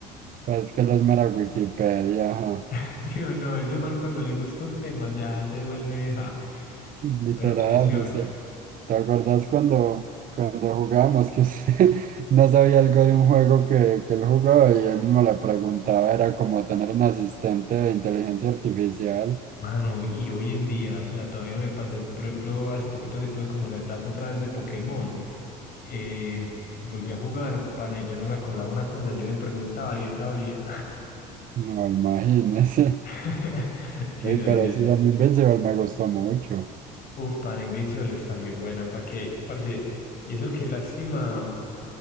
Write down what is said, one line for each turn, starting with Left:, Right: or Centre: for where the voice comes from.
Right: Pues que los mera Wikipedia, ajá.
Left: <laughs> Sí o no, ese man cuando le gusta un tema ya se vuelve, ja,
Right: Literal,
Left: pero obsesión.
Right: no sé. ¿Te acordás cuando, cuando jugábamos que usted <laughs> no sabía algo de un juego que, que él jugaba y él mismo le preguntaba? Era como tener un asistente de inteligencia artificial.
Left: Mano, y hoy en día, o sea, todavía me pasa, por ejemplo, hace poquito que tuve como la etapa otra vez de Pokémon, eh, volví a jugar, pana, y yo no me acordaba una cosa, yo le preguntaba y él sabía.
Right: No, imagínese.
Left: <laughs>
Right: <laughs>
Left: Sí,
Right: Uy,
Left: no,
Right: pero
Left: sí, no.
Right: sí, a mí Invincible me gustó mucho.
Left: Uf, pana, Invincible está muy buena, ¿para qué? Parce, y eso qué lástima.